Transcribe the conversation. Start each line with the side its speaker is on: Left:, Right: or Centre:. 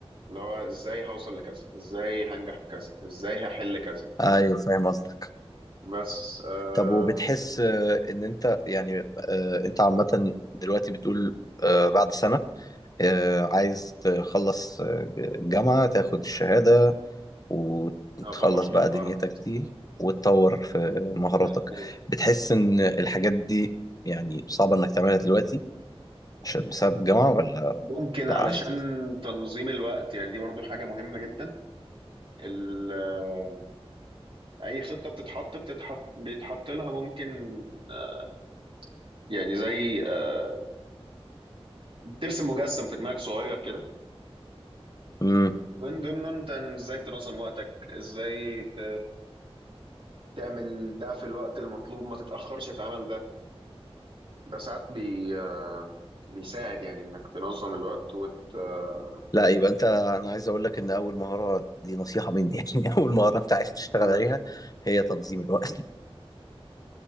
Right: اللي هو ازاي هوصل لكذا ازاي هنجح في كذا ازاي هحل كذا
Left: ايوه فاهم قصدك
Right: بس آه،
Left: طب وبتحس آه، ان انت يعني آه، انت عامة دلوقتي بتقول آه، بعد سنة آه، عايز تخلص آه، الجامعة تاخد الشهادة وتخلص
Right: اطور شويه
Left: بقى
Right: مهارات
Left: دنيتك دي وتطور في مهاراتك
Right: مظبوط
Left: بتحس ان الحاجات دي يعني صعبة انك تعملها دلوقتي عشان- بسبب الجامعة ولا
Right: ممكن
Left: لا
Right: علشان
Left: عادي
Right: تنظيم الوقت يعني دي برضو حاجه مهمه جدا ال- آه، اي خطه بتتحط بتتحط بيتحط لها ممكن آه، يعني زي آه، بترسم مجسم في دماغك صغير كده
Left: امم
Right: ومن ضمنه انت ازاي تنظم وقتك ازاي ت... تعمل ده في الوقت المطلوب ما تتأخرش في عمل ده ده ساعات بي... آه، بيساعد يعني انك تنظم الوقت وت... آه،
Left: لا يبقى انت انا عايز اقول لك ان اول مهارة دي نصيحة مني <laughs> يعني اول مهارة انت عايز تشتغل
Right: مم.
Left: عليها هي تنظيم الوقت